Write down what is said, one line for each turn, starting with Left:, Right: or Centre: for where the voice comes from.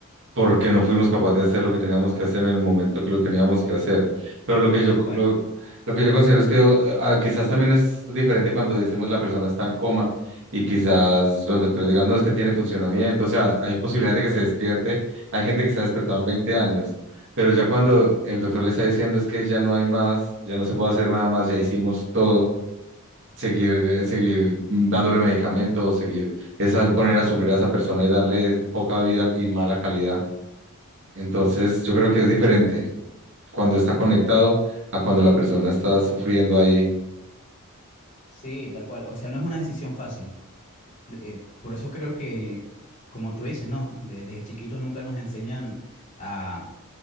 Right: porque no fuimos capaces de hacer lo que teníamos que hacer en el momento que lo teníamos que hacer. Pero lo que yo,
Left: tal cual.
Right: lo, lo que yo considero es que eh, ah, quizás también es diferente cuando decimos la persona está en coma y quizás los doctores digan, no, es que tiene funcionamiento, o sea, hay posibilidad de que se despierte, hay gente que se ha despertado en 20 años, pero ya cuando el doctor le está diciendo es que ya no hay más, ya no se puede hacer nada más, ya hicimos todo seguir, eh, seguir dándole medicamentos, seguir esa, poner a sufrir a esa persona y darle poca vida y mala calidad. Entonces, yo creo que es diferente cuando está conectado a cuando la persona está sufriendo ahí.
Left: Sí, tal cual. O sea, no es una decisión fácil. Eh, por eso creo que, como tú dices, ¿no? De- Desde chiquito nunca nos enseñan a,